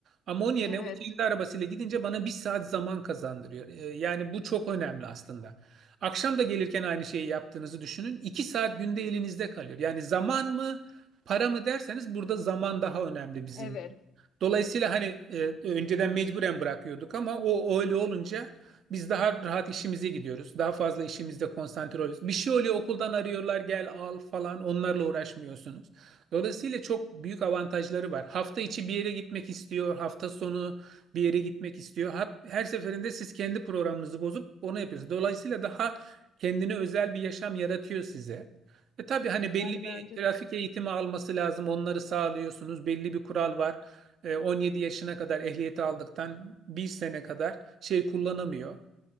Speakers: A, on the right (about 60°); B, on the left (about 70°).
A: Ama onun yerine
B: Evet.
A: o kendi arabasıyla gidince bana bir saat zaman kazandırıyor. E, yani bu çok önemli aslında. Akşam da gelirken aynı şeyi yaptığınızı düşünün. İki saat günde elinizde kalıyor. Yani zaman mı? Para mı derseniz burada zaman daha önemli bizim.
B: Evet.
A: Dolayısıyla hani e, önceden mecburen bırakıyorduk ama o öyle olunca biz daha rahat işimize gidiyoruz. Daha fazla işimizde konsantre oluyoruz. Bir şey oluyor okuldan arıyorlar gel al falan onlarla uğraşmıyorsunuz. Dolayısıyla çok büyük avantajları var. Hafta içi bir yere gitmek istiyor, hafta sonu bir yere gitmek istiyor. Hap- Her seferinde siz kendi programınızı bozup onu yapıyorsunuz. Dolayısıyla daha kendine özel bir yaşam yaratıyor size. E tabii hani belli
B: Yani
A: bir
B: bence
A: trafik
B: de.
A: eğitimi alması lazım. Onları sağlıyorsunuz. Belli bir kural var. E, 17 yaşına kadar ehliyeti aldıktan bir sene kadar şey kullanamıyor.